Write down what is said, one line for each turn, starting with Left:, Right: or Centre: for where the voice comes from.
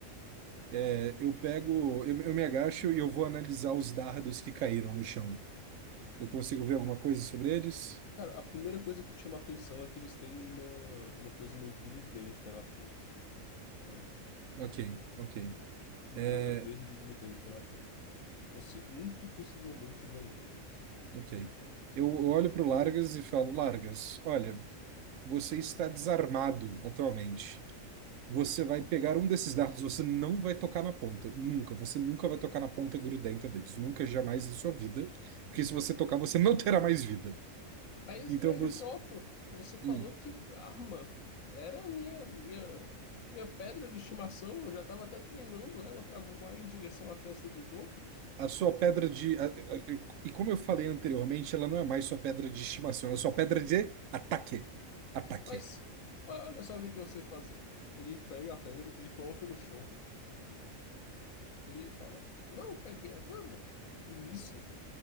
Right: É, eu pego, eu, eu me agacho e eu vou analisar os dardos que caíram no chão. Eu consigo ver alguma coisa sobre eles?
Left: Cara, a primeira coisa que te chama a atenção é que eles têm uma, uma coisa meio grudenta na ponta, tá?
Right: Ok, ok.
Left: Uma
Right: É,
Left: coisa verde grudenta na ponta. Possi muito possivelmente veneno.
Right: ok. Eu olho para o Largas e falo, Largas, olha, você está desarmado atualmente. Você vai pegar um desses dardos, você não vai tocar na ponta. Nunca. Você nunca vai tocar na ponta grudenta deles. Nunca, jamais em sua vida. Porque se você tocar, você não terá mais vida.
Left: Mas,
Right: Então
Left: grande
Right: você.
Left: Proto, você falou
Right: hum,
Left: que arma era a minha, minha, minha pedra de estimação. Eu já estava até treinando ela para voar em direção à testa dos outros.
Right: a sua pedra de. a- a- a- e como eu falei anteriormente, ela não é mais sua pedra de estimação, ela é sua pedra de ataque. Ataque.
Left: Mas o- olha só o que que eu sei fazer. Ele pega a pedra, ele coloca no chão. Ele fala: Vamos, pedrinha, vamos. E nisso,